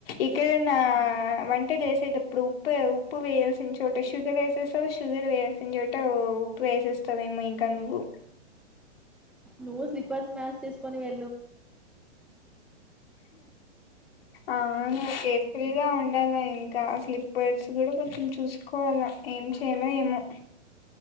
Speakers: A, on the left (about 55°); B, in the centre.
A: ఇక్కడ నా వంట చేసేటప్పుడు ఉప్పు ఉప్పు వేయాల్సిన చోట షుగర్ వేసేస్తావ్ షుగర్ వేయ చోట ఉప్పు వేసేస్తావేమో ఇంకా నువ్వు
B: నువ్వు స్లిపర్స్ మ్యాస్ చేసుకొని వె
A: అవును కేర్ఫుల్ గా ఉన్ ఉండాలా ఇంకా స్లిప్పర్స్ కూడా కొంచం చూసుకోవాలా ఏం చేయలో ఏమో